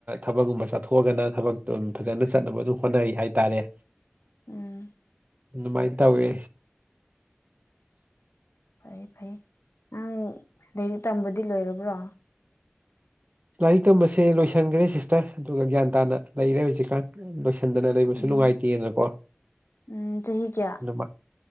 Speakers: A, on the right; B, on the left.
A: ꯊꯕꯛꯀꯨꯝꯕ ꯆꯠꯊꯣꯛꯑꯒꯅ ꯊꯕꯛꯇꯣ ꯐꯖꯅ ꯆꯠꯅꯕ ꯑꯗꯨ ꯍꯣꯠꯅꯩ ꯍꯥꯏꯇꯥꯔꯦ꯫
B: ꯎꯝ
A: ꯑꯗꯨꯃꯥꯏ ꯇꯧꯋꯦ꯫
B: ꯐꯩ ꯐꯩ ꯅꯪ ꯂꯥꯏꯔꯤꯛ ꯇꯝꯕꯗꯤ ꯂꯣꯏꯔꯕ꯭ꯔꯣ?
A: ꯂꯥꯏꯔꯤꯛ ꯇꯝꯕꯁꯦ ꯂꯣꯏꯁꯟꯒ꯭ꯔꯦ ꯁꯤꯁꯇꯔ ꯑꯗꯨꯒ ꯒ꯭ꯌꯥꯟ ꯇꯥꯅ ꯂꯩꯔꯦ ꯍꯧꯖꯤꯛꯀꯥꯟ ꯁꯟꯗꯅ ꯂꯩꯕꯁꯨ
B: ꯎꯝ
A: ꯅꯨꯡꯉꯥꯏꯇꯦꯅꯀꯣ
B: ꯎꯝ ꯆꯍꯤ ꯀꯌꯥ
A: ꯑꯗꯨꯃꯥꯏ